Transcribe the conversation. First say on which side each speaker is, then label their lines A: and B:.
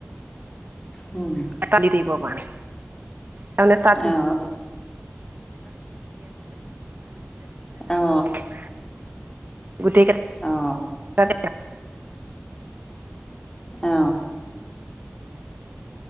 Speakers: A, on the left (about 15°); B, on the right (about 50°).
A: উম,
B: এটা দি দিব পাৰেে তাৰমানে তাত
A: অ অ
B: <inaudible> গোটেই কেইটা
A: অ
B: <inaudible>
A: অ,